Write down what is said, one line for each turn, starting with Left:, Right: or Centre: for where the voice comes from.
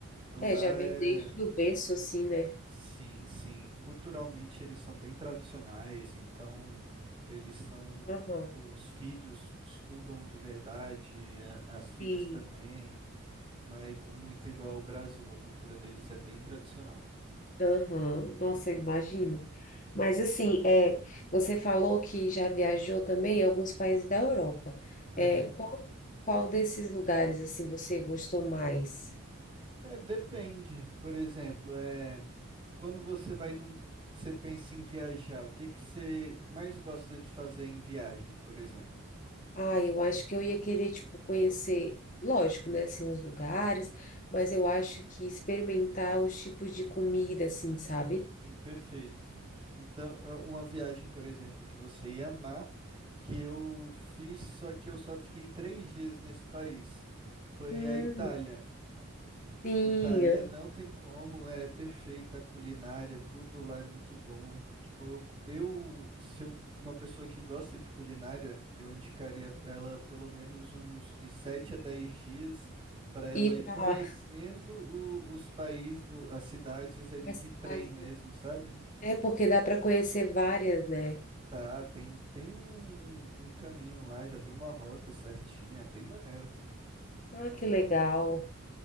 Right: Lá
Left: É, já vem
Right: é.
Left: desde o berço, assim, né?
Right: Sim, sim. Culturalmente eles são bem tradicionais, então eles são.
Left: Aham.
Right: Tipo, os filhos estudam de verdade, a- as filhas
Left: Sim.
Right: também. Não é igu- muito igual ao Brasil, a cultura deles é bem tradicional.
Left: Aham. Nossa, eu imagino. Mas assim, é, você falou que já viajou também em alguns países da Europa.
Right: Aham.
Left: É, qual, qual desses lugares, assim, você gostou mais?
Right: É, depende. Por exemplo, é, quando você vai num, você pensa em viajar, o que que você mais gosta de fazer em viagem, por exemplo?
Left: Ah, eu acho que eu ia querer, tipo, conhecer, lógico, né, assim, os lugares, mas eu acho que experimentar os tipos de comida, assim, sabe?
Right: Hum, Perfeito. Então, é uma viagem, por exemplo, que você ia amar, que eu fiz, só que eu só fiquei três dias nesse país. Foi
Left: Hum,
Right: a Itália.
Left: Sim,
Right: Itália
Left: aham.
Right: não tem como, é perfeita a culinária, tudo lá é muito bom. Tipo, eu, eu se eu, uma pessoa que gosta de culinária, eu indicaria ela pelo menos uns de 7 a 10 dias para ela
Left: ir
Right: ir
Left: para
Right: conhecendo o- os países, o- as cidades ali
Left: as
Right: de
Left: cidades,
Right: trem mesmo,
Left: né?
Right: sabe?
Left: É porque dá para conhecer várias, né?
Right: Tá, tem, tem um, um caminho lá, já tem uma rota certinha, é bem maneiro.
Left: Ah, que legal.